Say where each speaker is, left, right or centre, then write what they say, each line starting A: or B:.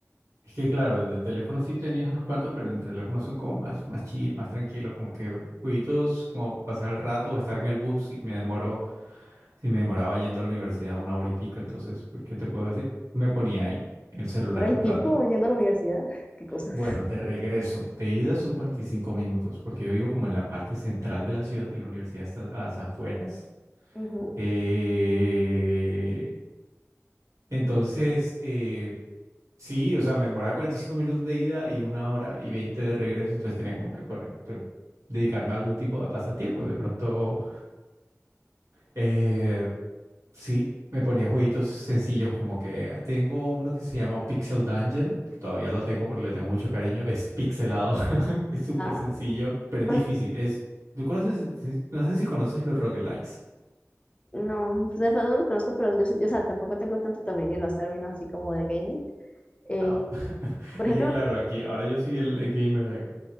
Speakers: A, on the right (about 75°); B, on the left (about 20°).
A: Es que claro, de teléfono sí tenías unos cuantos, pero en teléfono son como más, más chill, más tranquilo, como que jueguitos, como pasar el rato o estar en el bus y me demoró, si me demoraba yendo a la universidad una hora y pico, entonces, pues, ¿qué te puedo decir? Me ponía ahí el celular
B: Hora y
A: un
B: pico
A: rato.
B: yendo a la universidad. <laughs> Qué cosas.
A: Bueno, de regreso, de ida son 45 minutos, porque yo vivo como en la parte central de la ciudad y la universidad está a las afueras.
B: Ujú.
A: Eh, entonces, eh, Sí, o sea, me demoraba 45 minutos de ida y una hora y 20 de regreso, entonces tenía como que poner, te- dedicarme a algún tipo de pasatiempo. De pronto, eh, sí, me ponía jueguitos sencillos como que ah, tengo uno que se llama Pixel Dungeon, que todavía lo tengo porque le tengo mucho cariño, es pixelado, <laughs> es súper
B: Ah,
A: sencillo, pero es
B: pero
A: difícil. Es, ¿tú conoces, si- si, no sé si conoces los roguelikes?
B: no, pues de todos los conozco, pero yo, yo, o sea, tampoco tengo tanto dominio en los términos así como de gaming. Eh,
A: Ah, <laughs>
B: por
A: es
B: ejemplo,
A: que claro, aquí, ahora yo soy el, el gamer acá.